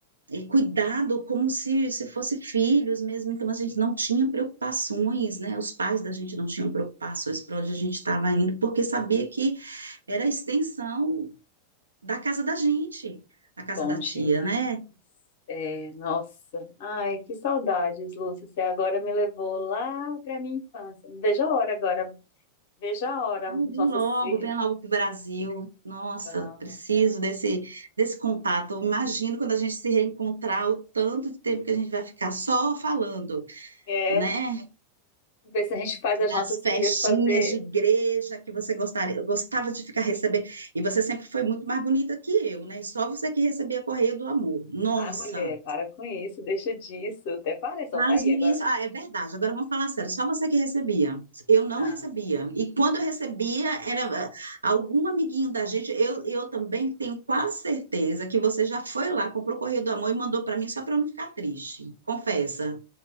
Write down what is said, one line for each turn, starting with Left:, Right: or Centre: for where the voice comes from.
Right: é, cuidado como se, se fosse filhos mesmo, então a gente não tinha preocupações, né, os pais da gente não tinham preocupações para onde a gente estava indo, porque sabia que era a extensão da casa da gente, a casa
Left: Bom
Right: da
Left: demais.
Right: tia, né,
Left: É, nossa, ai, que saudades, Lúcia. Você agora me levou lá para minha infância. Veja a hora agora, veja a hora.
Right: Ai, vem
Left: Nossas
Right: logo,
Left: filhas.
Right: vem logo para o Brasil. Nossa,
Left: Vamos.
Right: preciso desse, desse contato. Eu Imagino quando a gente se reencontrar, o tanto de tempo que a gente vai ficar só falando,
Left: É,
Right: né?
Left: ver se a gente faz as
Right: Das
Left: nossas
Right: festinhas
Left: filhas fazer.
Right: de igreja que você gostaria, eu gostava de ficar recebendo. E você sempre foi muito mais bonita que eu, né? Só você que recebia correio do amor. Nossa!
Left: Ai, mulher, para com isso, deixa disso. Até parece,
Right: Ah,
Left: ó, tá
Right: os
Left: aí
Right: meninos.
Left: agora.
Right: Ah, é verdade. Agora vamos falar sério. Só você que recebia. Eu não
Left: Não,
Right: recebia. E quando
Left: não.
Right: eu recebia, era ah, algum amiguinho da gente. Eu, eu também tenho quase certeza que você já foi lá, comprou o Correio do Amor e mandou para mim só para eu não ficar triste. Confessa.